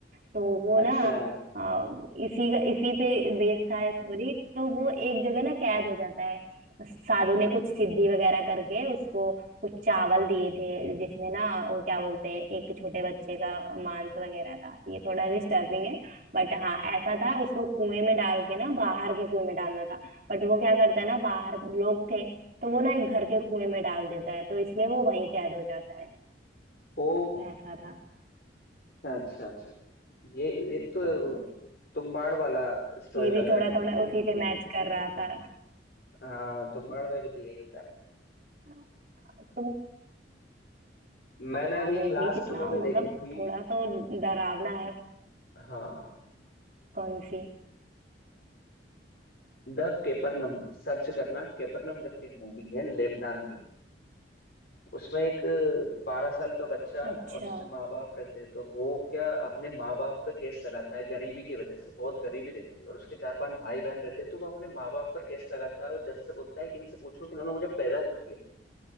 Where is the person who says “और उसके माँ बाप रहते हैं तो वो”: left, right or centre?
Left